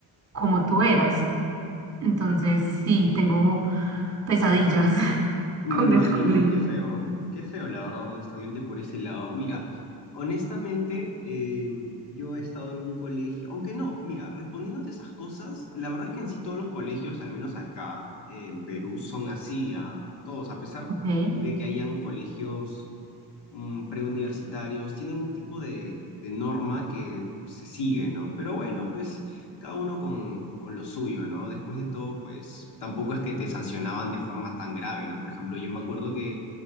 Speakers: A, on the right; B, on the left.
A: como tú eras. Entonces, sí, tengo pesadillas <laughs>
B: Me
A: con
B: imagino,
A: el colegio.
B: qué feo, qué feo, la verdad, honestamente, por ese lado. Mira, honestamente, eh, yo he estado en un colegio, aunque no, mira, respondiéndote esas cosas, la verdad es que en sí todos los colegios, al menos acá en Perú, son así, a todos, a pesar
A: Ok.
B: de que hayan colegios mm, preuniversitarios, tienen un tipo de, de norma que se sigue, ¿no? Pero bueno, pues cada uno con, con lo suyo, ¿no? Después de todo, pues tampoco es que te sancionaban de forma tan grave, ¿no? Por ejemplo, yo me acuerdo que